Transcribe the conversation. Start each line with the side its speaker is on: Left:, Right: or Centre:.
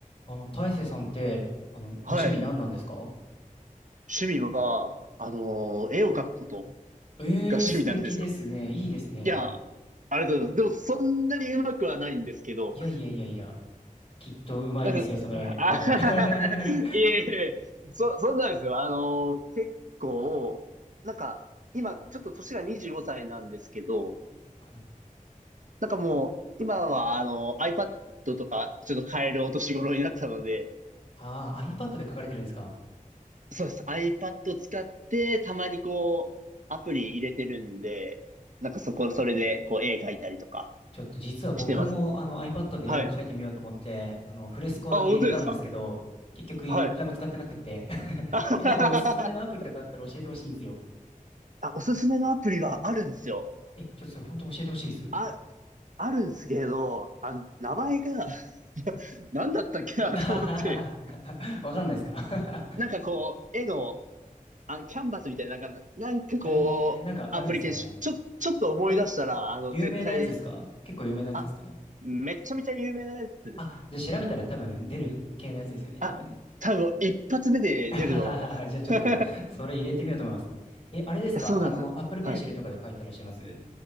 Left: あの、大成さんって、あの、ご趣味何なんですか
Right: はい。趣味は、あのー絵を描くことが
Left: ええー、
Right: 趣味なんですよ。
Left: 素敵ですね。いいですね。
Right: いや、ありがとうございます。でも、そんなにうまくはないんですけど、
Left: いやいやいやいや。きっとうまいですよ、
Right: なんか、
Left: それ。
Right: あ、
Left: 多分。<laughs> は
Right: <laughs> いえいえ、そ、そんなんですよ。あのー結構、なんか、今、ちょっと年が25歳なんですけど、
Left: い
Right: なんかもう、今は、あの iPad とか、ちょっと買えるお年頃になったので、
Left: ああ、iPad で描かれてるんですか
Right: そうです。iPad 使って、たまにこう、アプリ入れてるんで、なんかそこ、それで、こう、絵描いたりとか
Left: ちょっと実は僕もあの
Right: してます。
Left: iPad で絵を描いてみようと思って、
Right: はい。
Left: あの、フレスコだけ入れたんですけど、
Right: あ、本当ですか
Left: 結局一回も使ってなくて。
Right: はい。
Left: <laughs>
Right: <laughs>
Left: え、なんかおすすめのアプリとかあったら教えてほしいんですよ。
Right: あ、おすすめのアプリがあるんですよ。
Left: え、ちょっとそれ本当教えてほしいです。
Right: あ、あるんですけど、あの、名前が <laughs> 何だったっけなと思って。
Left: <laughs> わかんないですか
Right: なんかこう、絵の、あ、キャンバスみたいな、なんか、なんかこう、
Left: <laughs> えー、なんかあるんですね。
Right: アプリケーション、ちょ、ちょっと思い出したら、
Left: え、
Right: あの、
Left: 有名なやつですか結構有名なやつですか
Right: 絶対、あ、めちゃめちゃ有名なやつです。
Left: あ、じゃあ調べたら多分出る系のやつですよね、
Right: あ、
Left: 多分ね。
Right: 多分一発目で出ると思います。
Left: <laughs> じゃあちょっと、
Right: <laughs>
Left: それ入れてみようと思います。え、あれですかあの、
Right: そうなんですよ。
Left: Apple Pencil
Right: はい。
Left: とかで書いてらっしゃいます